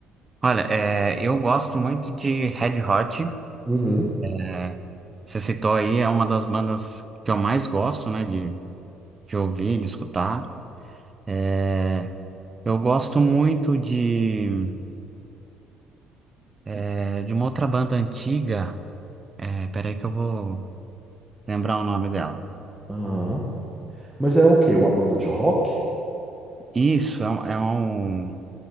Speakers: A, on the right; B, in the centre.
A: Olha, é, eu gosto muito de Red Hot.
B: Uhum.
A: é. Você citou aí, é uma das bandas que eu mais gosto, né, de, de ouvir, de escutar. É, Eu gosto muito de, é, de uma outra banda antiga. É, peraí que eu vou lembrar o nome dela.
B: Aham. Mas é o quê? Uma banda de rock?
A: Isso, é, um, é um-